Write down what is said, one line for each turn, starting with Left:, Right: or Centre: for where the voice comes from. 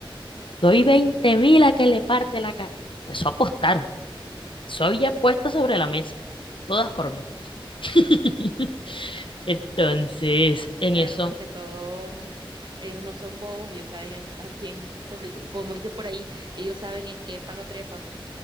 Left: Doy veinte mil a que le parte la cara. Eso apostaron. Eso había puesto sobre la mesa. Todas por mí. <laughs> Entonces,
Right: Claro,
Left: en eso,
Right: ante todo, ellos no son bobos, ellos saben a, a quién, por- como dice por ahí, ellos saben en qué palo trepan.